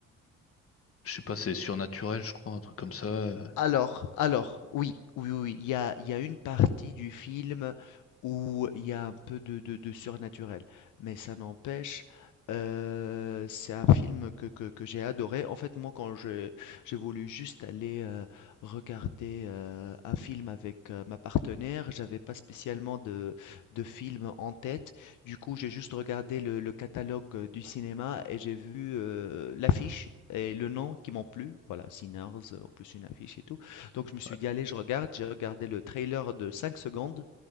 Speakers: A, on the left; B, on the left.
A: je sais pas, c'est surnaturel, je crois, un truc comme ça. euh.
B: Alors, alors, oui, oui, oui, oui, il y a, il y a une partie du film où il y a un peu de, de- de surnaturel, mais ça n'empêche, euh, c'est un film que, que- que j'ai adoré. En fait, moi, quand j'ai j'ai voulu juste aller euh, regarder euh, un film avec euh, ma partenaire, j'avais pas spécialement de, de film en tête, du coup, j'ai juste regardé le, le catalogue euh, du cinéma et j'ai vu euh, l'affiche et le nom qui m'ont plu. Voilà, Sinners, euh, en plus une affiche et tout. Donc je me suis
A: Ouais,
B: dit, allez, je regarde. J'ai regardé le trailer de 5 secondes.